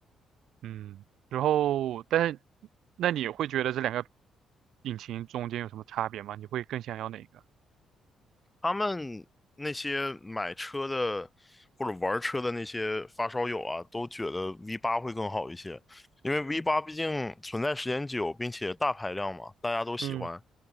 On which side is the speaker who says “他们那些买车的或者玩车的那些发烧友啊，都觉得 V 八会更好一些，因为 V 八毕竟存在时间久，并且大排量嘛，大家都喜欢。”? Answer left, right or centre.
Left